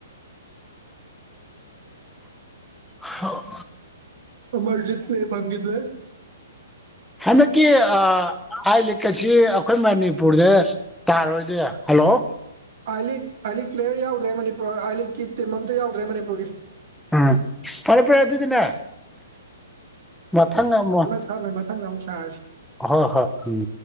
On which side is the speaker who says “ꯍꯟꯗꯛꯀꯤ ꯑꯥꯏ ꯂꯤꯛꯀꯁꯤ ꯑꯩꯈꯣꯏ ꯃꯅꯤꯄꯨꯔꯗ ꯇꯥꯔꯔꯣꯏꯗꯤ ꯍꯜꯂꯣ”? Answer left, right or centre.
Centre